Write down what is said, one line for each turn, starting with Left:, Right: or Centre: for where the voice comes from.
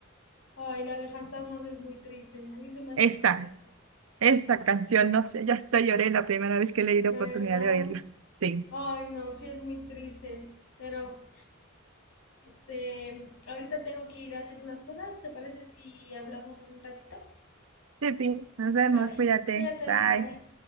Left: Ay, la de fantasmas es muy triste, a mí se me hace
Right: Esa,
Left: muy triste,
Right: esa canción, no sé, ya hasta lloré la primera vez que le di la
Left: ¿verdad?
Right: oportunidad de oírla. Sí.
Left: Ay, no, sí es muy triste, pero Este, ahorita tengo que ir a hacer unas cosas. ¿Te parece si hablamos en un ratito?
Right: Sí, nos vemos,
Left: Vale,
Right: cuídate,
Left: cuídate,
Right: bye.
Left: bye.